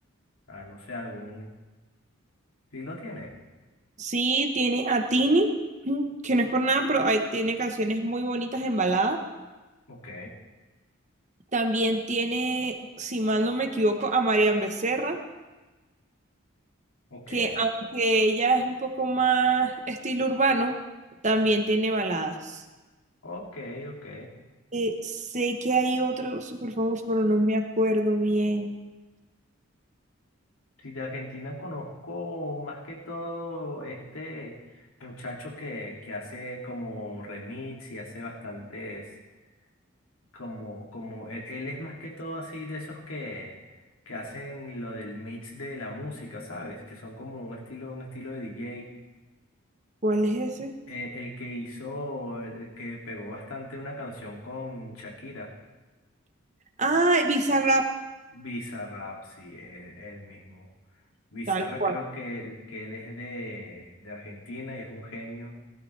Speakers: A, on the left (about 80°); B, on the right (about 35°).
A: ah, no sé, algún, si lo tiene.
B: Sí, tiene a Tini, <clears throat> mm, que no es por nada, pero ahí tiene canciones muy bonitas en balada.
A: Ok,
B: También tiene, si mal no me equivoco, a Marian Becerra,
A: ok,
B: que aunque ella es un poco más estilo urbano, también tiene baladas.
A: ok, ok.
B: Eh, sé que hay otro súper famoso, pero no me acuerdo bien.
A: Sí, de Argentina conozco más que todo este muchacho que, que hace como remix y hace bastantes. como, como él, él es más que todo así de esos que, que hacen lo del mix de la música, ¿sabes? Que son como un estilo, un estilo de DJ.
B: ¿Cuál es ese?
A: Eh, el que hizo, el que pegó bastante una canción con Shakira,
B: Ah, Bizarrap,
A: Bizarrap, sí, él, él mismo. Bizarra
B: tal cual.
A: creo que, que él es de, de Argentina y es un genio.